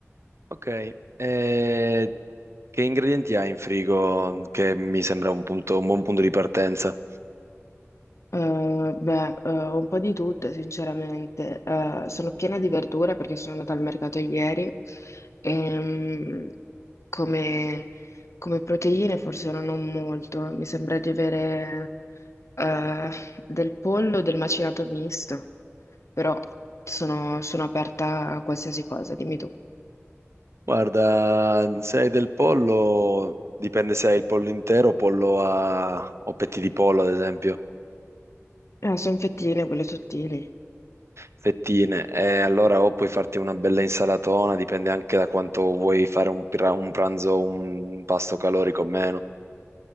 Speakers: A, on the right; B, on the left.
A: Ok, eh, che ingredienti hai in frigo? Che mi sembra un punto- un buon punto di partenza.
B: Eh, beh, eh, un po' di tutto, sinceramente. Eh, sono piena di verdure perché sono andata al mercato ieri e mm, come, come proteine forse non ho molto, mi sembra di avere eh, del pollo, del macinato misto. però sono, sono aperta a qualsiasi cosa, dimmi tu.
A: Guarda, se hai del pollo, dipende se hai il pollo intero, pollo a... o petti di pollo, ad esempio,
B: Ah, sono fettine, quelle sottili.
A: fettine. E allora o puoi farti una bella insalatona, dipende anche da quanto vuoi fare un, pra- un pranzo, un pasto calorico o meno.